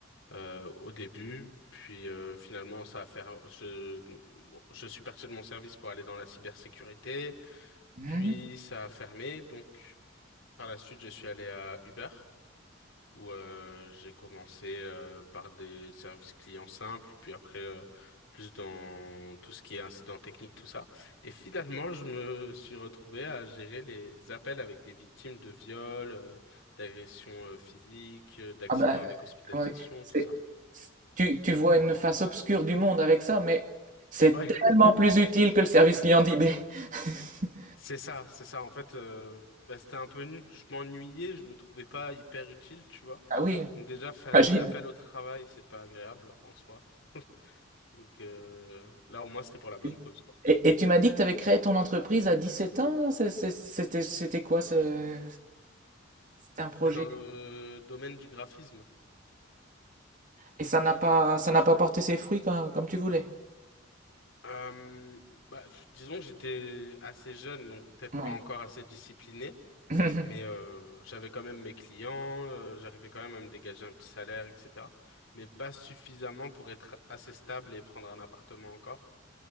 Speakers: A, on the left; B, on the right.
A: euh, au début, puis euh, finalement, ça a fait, je, je suis parti de mon service pour aller dans la cybersécurité,
B: Mhm.
A: puis ça a fermé, donc par la suite, je suis allé à Uber. où euh, j'ai commencé euh, par des services clients simples, puis après euh, plus dans tout ce qui est incident technique, tout ça. Et finalement, je me suis retrouvé à gérer les appels avec des victimes de viols, euh, d'agressions euh, physiques, euh, d'accidents
B: Ah bah,
A: avec hospitalisation,
B: comment dire, c'est-
A: tout ça.
B: tu, tu vois une face obscure du monde avec ça, mais c'est
A: Ouais.
B: tellement plus utile que le service client d'eBay. <laughs>
A: C'est ça, c'est ça. En fait, euh, bah, c'était un peu, nu- je m'ennuyais, je me trouvais pas hyper utile, tu vois.
B: Ah oui,
A: Donc déjà, faire
B: imagine.
A: des appels au travail, c'est pas agréable en soi. Donc euh, là, au moins, c'était pour la bonne
B: Oui.
A: cause, quoi.
B: Et, et tu m'as dit que tu avais créé ton entreprise à 17 ans. c'est- c'est- C'était, c'était quoi ce, c'était un projet?
A: T'es dans le domaine du graphisme.
B: Et ça n'a pas, ça n'a pas porté ses fruits comme, comme tu voulais.
A: Euh, bah, f- disons que j'étais assez jeune, donc peut-être
B: Ouais.
A: pas encore assez discipliné,
B: <laughs>
A: mais euh, j'avais quand même mes clients, euh, j'arrivais quand même à me dégager un petit salaire, etc. Mais pas suffisamment pour être assez stable et prendre un appartement encore.